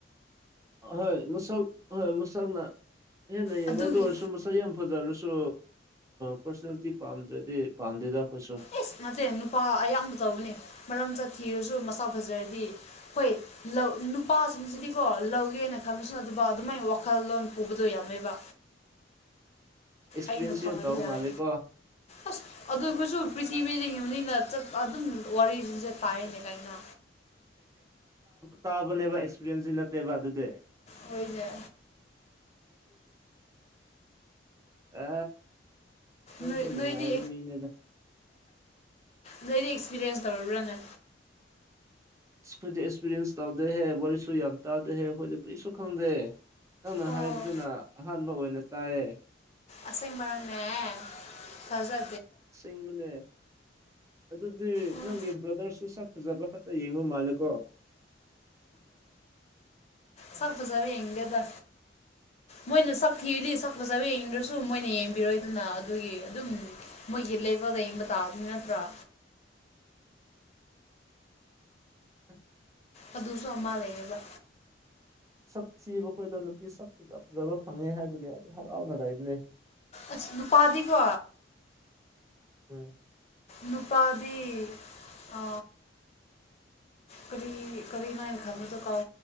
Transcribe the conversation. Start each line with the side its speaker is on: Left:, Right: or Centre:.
Right: ꯍꯣꯏ ꯃꯁꯛ ꯍꯣꯏ ꯃꯁꯛꯅ ꯍꯦꯟꯅ ꯌꯦꯡꯉꯥꯏꯗ
Left: ꯑꯗꯨꯒꯤ
Right: ꯑꯣꯏꯔꯁꯨ ꯃꯁꯛ ꯌꯥꯝ ꯐꯖꯔꯁꯨ ꯄꯔꯁꯣꯅꯦꯜꯂꯤꯇꯤ ꯄꯥꯝꯗ꯭ꯔꯗꯤ ꯄꯥꯝꯗꯦꯗ ꯑꯩꯈꯣꯏꯁꯨ
Left: ꯑꯦ ꯅꯠꯇꯦ ꯅꯨꯄꯥ ꯑꯌꯥꯝꯕ ꯇꯧꯕꯅꯦ ꯃꯔꯝ ꯆꯠ ꯊꯤꯔꯁꯨ ꯃꯁꯥꯛ ꯐꯖꯔꯗꯤ ꯍꯣꯏ ꯂꯧ ꯅꯨꯄꯥꯁꯤꯡꯁꯤꯗꯤꯀꯣ ꯂꯧꯒꯦꯅ ꯈꯟꯂꯁꯨꯅ ꯑꯗꯨ ꯑꯗꯨꯃꯥꯏꯅ ꯋꯥꯈꯜꯂꯣꯟ ꯄꯨꯕꯗꯣ ꯌꯥꯝꯃꯦꯕ
Right: <unintelligible> ꯑꯦꯛꯁꯄꯤꯔꯤꯌꯦꯟꯁ
Left: ꯑꯩꯅ ꯐꯪꯉꯗꯤ
Right: ꯌꯥꯝ ꯇꯧꯕ
Left: ꯌꯥꯔꯦ
Right: ꯃꯥꯜꯂꯦꯀꯣ
Left: ꯑꯁ ꯑꯗꯨ ꯑꯩꯈꯣꯏꯁꯨ ꯄ꯭ꯔꯤꯊꯤꯕꯤꯗ ꯌꯅꯤꯅ ꯑꯗꯨꯝ ꯋꯥꯔꯤꯁꯤꯡꯁꯦ ꯇꯥꯏꯅꯦ ꯀꯥꯏꯩꯅ
Right: ꯇꯥꯕꯅꯦꯕ ꯑꯦꯛꯁꯄꯤꯔꯤꯟꯁꯁꯤ ꯅꯠꯇꯦꯕ ꯑꯗꯨꯗꯤ
Left: ꯑꯣꯏꯣꯏꯗ
Right: ꯑ ꯅꯪꯁꯨ
Left: ꯅꯣꯏ
Right: ꯅꯨꯡꯉꯥꯏꯕ
Left: ꯅꯣꯏꯗꯤ
Right: ꯃꯤꯅꯤꯗ
Left: ꯅꯣꯏꯗꯤ ꯑꯦꯛꯁꯄꯤꯔꯤꯌꯦꯟꯁ ꯇꯧꯔꯕ꯭ꯔꯥꯅꯦ
Right: ꯑꯩꯈꯣꯏꯗ ꯑꯦꯛꯁꯄꯤꯔꯤꯌꯦꯟꯁ ꯇꯧꯗꯦꯍꯦ ꯋꯥꯔꯤꯁꯨ ꯌꯥꯝ ꯇꯥꯗꯦꯍꯦ ꯑꯩꯈꯣꯏꯗ ꯀꯔꯤꯁꯨ ꯈꯪꯗꯦ ꯅꯪꯅ
Left: ꯑꯣ
Right: ꯍꯥꯏꯕꯗꯨꯅ ꯑꯍꯥꯟꯕ ꯑꯣꯏꯅ ꯇꯥꯏꯌꯦ
Left: ꯑꯁ ꯃꯔꯅꯦ ꯐꯖ
Right: ꯦꯡꯕꯅꯦ ꯑꯗꯨꯗꯤ
Left: ꯎꯝ
Right: ꯅꯪꯒꯤ ꯕ꯭ꯔꯗꯔꯁꯨ ꯖꯕ ꯍꯠꯇ ꯌꯦꯡꯉꯣ ꯃꯥꯂꯀꯣ
Left: ꯁꯐ ꯁꯔ ꯏꯒꯦꯗ
Right: <unintelligible>
Left: ꯃꯣꯏꯅ ꯁꯛ ꯊꯤꯔꯗꯤ ꯁꯛ ꯐꯖꯕ ꯌꯦꯡꯅꯤꯡꯗ꯭ꯔꯁꯨ ꯃꯣꯏꯅ ꯌꯦꯡꯕꯤꯔꯣꯏꯗꯅ ꯑꯗꯨꯒꯤ ꯑꯗꯨꯝ ꯃꯣꯏꯒꯤ ꯂꯩ ꯄ ꯑ ꯕꯗꯅ ꯄꯨꯔꯥ
Right: <unintelligible> ꯑ
Left: ꯑꯗꯨꯁꯨ ꯑꯃ ꯂꯩꯌꯦꯕ
Right: ꯁꯛ ꯊꯕ ꯑꯩꯈꯣꯏꯗ ꯅꯨꯄꯤ ꯁꯛ ꯐꯖꯕ ꯐꯪꯉꯦ ꯍꯥꯏꯕꯒꯤ ꯍꯥꯏꯗꯤ ꯍꯔꯥꯎꯅ ꯂꯩꯕꯅꯤ
Left: ꯑꯁ ꯅꯨꯄꯥꯗꯤꯀꯣ
Right: ꯎꯝ
Left: ꯅꯨꯄꯥꯗꯤ ꯑ ꯀꯕꯤ ꯀꯕꯤꯅ ꯏꯅ ꯈꯃꯗꯣ ꯀꯥꯎ